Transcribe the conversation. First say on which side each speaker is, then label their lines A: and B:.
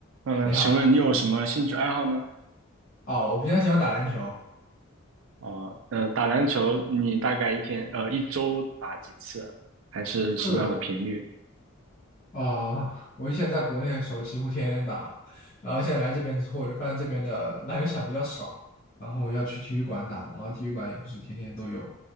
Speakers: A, on the right (about 65°); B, on the left (about 40°).
A: 嗯，
B: 你好，
A: 呃请问你有什么兴趣爱好呢？
B: 哦，我平常喜欢打篮球，
A: 哦，嗯，打篮球，你大概一天，呃，一周打几次？还是什么样的频率？
B: 就是啊、呃我以前在国内的时候几乎天天打，然后现在来这边之后，我就发现这边的篮球场比较少，然后要去体育馆打嘛，然后体育馆也不是天天都有